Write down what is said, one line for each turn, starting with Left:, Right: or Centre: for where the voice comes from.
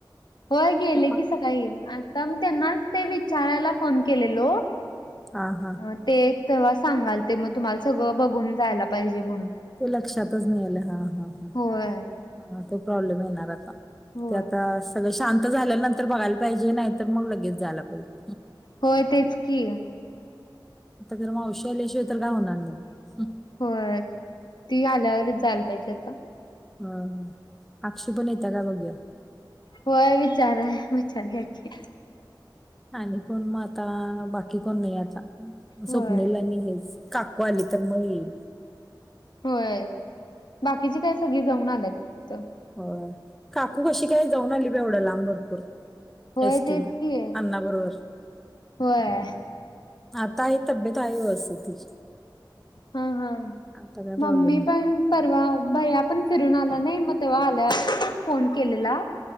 Left: होय गेले
Centre: पप्पा.
Left: की सकाळी आता मी त्यांना ते विचारायला फोन केलेलो
Centre: हा हा.
Left: मग ते एक तेव्हा सांगायलते मग तुम्हाला सगळं बघून जायला पाहिजे म्हणून.
Centre: ते लक्षातच नाही आलं हा हा हा
Left: होय
Centre: तो प्रॉब्लेम येणार आता.
Left: होय
Centre: ते आता सगळं शांत झाल्यानंतर बघायला पाहिजे नाहीतर मग लगेच जायला पाहिजे.
Left: होय तेच की.
Centre: आता खर मग मावशी आल्याशिवाय तर काय होणार नाही हं.
Left: होय ती आल्यावरच जायला पाहिजे आता.
Centre: हा हं आक्षू पण येतीया काय बघूया.
Left: होय विचाराय विचारूया की
Centre: आणि कोण मग आता बाकी कोण नाही आता म
Left: होय
Centre: स्वप्निल आणि हेच. काकू आली तर मग येईल.
Left: होय बाकीची काय सगळी जाऊन आल्यात तिथं.
Centre: होय काकू कशी काय जाऊन आली बाई एवढ्या लांब भरपूर.
Left: होय
Centre: एसटीनं
Left: तेच की
Centre: आण्णाबरोबर.
Left: होय.
Centre: आता आहे तब्येत आहे व्यवस्थित तिची.
Left: हा हा
Centre: आता काय प्रॉब्लेम
Left: मम्मी
Centre: नाही
Left: पण परवा भैया आपण फिरून आला नाही मग तेव्हा आल्यावर फोन केलेला.